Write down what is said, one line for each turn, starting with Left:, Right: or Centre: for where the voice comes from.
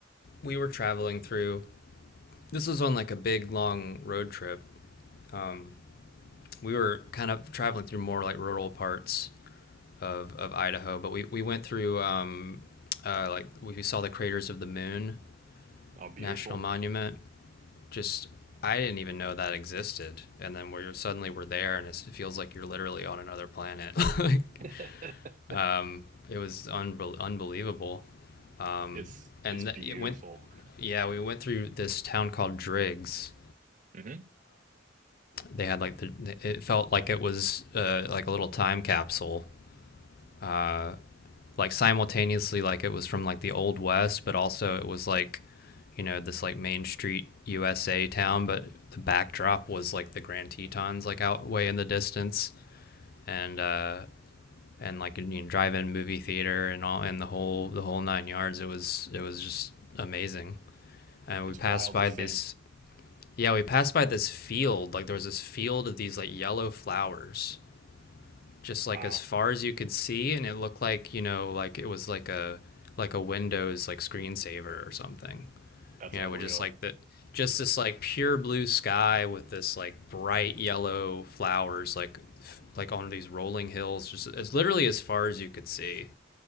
Left: we were traveling through. This was on like a big long road trip. Um, we were kind of traveling through more like rural parts of, of Idaho, but we, we went through um, uh, like we saw the craters of the moon
Right: Oh, beautiful.
Left: national monument. Just I didn't even know that existed, and then we're suddenly we're there, and it's, it feels like you're literally on another planet. <laughs> like,
Right: <laughs>
Left: um, it was unbel unbelievable. Um,
Right: It's
Left: and
Right: it's
Left: th-
Right: beautiful.
Left: it went, yeah, we went through this town called Driggs.
Right: hmm
Left: They had like the it felt like it was uh, like a little time capsule uh, like simultaneously like it was from like the old west but also it was like you know this like main street usa town but the backdrop was like the grand tetons like out way in the distance and uh and like you know, drive-in movie theater and all and the whole the whole nine yards it was it was just amazing and
Right: It's
Left: we passed
Right: wild
Left: by
Right: to think.
Left: this yeah we passed by this field like there was this field of these like yellow flowers just like
Right: Wow,
Left: as far as you could see, and it looked like you know, like it was like a like a Windows like screensaver or something.
Right: that's
Left: You
Right: unreal.
Left: know, with just like the just this like pure blue sky with this like bright yellow flowers like like on these rolling hills just as literally as far as you could see